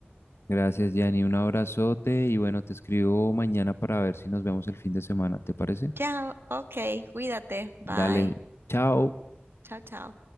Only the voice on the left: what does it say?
Gracias, Yanni. Un abrazote y bueno, te escribo mañana para ver si nos vemos el fin de semana. ¿Te parece?
Dale, chao.